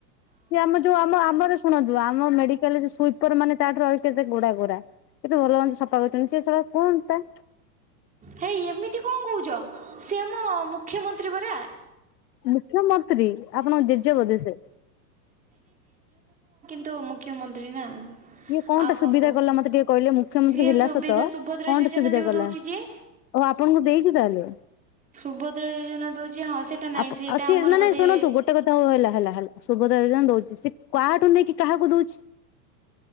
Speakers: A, on the left; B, on the right.
A: ସିଏ ଆମ ଯୋଉ ଆମ ଆମର ଶୁଣନ୍ତୁ ଆମ ମେଡିକାଲରେ ସେ ୱିପରମାନେ ତା ଠାରୁ ଆହୁରି ଗୋଡା ଗୋରା କେତେ ଭଲ <unintelligible> ସେ ସଫା କରଛନ୍ତି ସିଏ ସଳା କଣ ଟା
B: ହେଇ ଏମିତି କଣ କହୁଚ ସିଏ ଆମ ମୁଖ୍ୟମନ୍ତ୍ରୀ ପରା।
A: ମୁଖ୍ୟମନ୍ତ୍ରୀ ଆପଣଙ୍କ ଜେଜ ବୋଧି ସେ।
B: ତୁ ମୁଖ୍ୟମନ୍ତ୍ରୀ ନା।
A: ଇଏ କଣଟା
B: ଆଉ
A: ସୁବିଧା
B: କଣ କୁହ?
A: କଲା ମତେ ଟିକେ କହିଲେ ମୁଖ୍ୟମନ୍ତ୍ରୀ
B: ସିଏ
A: ହେଲା
B: ସୁବିଧା
A: ସତ
B: ସୁଭଦ୍ରା
A: କଣଟା
B: ଯୋଜନା
A: ସୁବିଧା
B: ଯୋଉ
A: କଲା?
B: ଦଉଛି ଯିଏ
A: ଓହୋ ଆପଣଙ୍କୁ ଦେଇଚି ତାହେଲେ।
B: ସୁଭଦ୍ରା ଯୋଜନା ଦଉଛି ହଁ ସେଟା ନାହିଁ
A: ଆପ
B: ସେଟା
A: ଆସଚି
B: ଆମର
A: ନା
B: ବୋଧେ
A: ନାଇଁ ଶୁଣନ୍ତୁ ଗୋଟେ କଥା ହୋଉ ହେଲା ହେଲା ଶୁଭଦ <unintelligible> ଦୋଉଚି ସେ କାଠୁ ନେଇକି କାହାକୁ ଦୋଉଛି?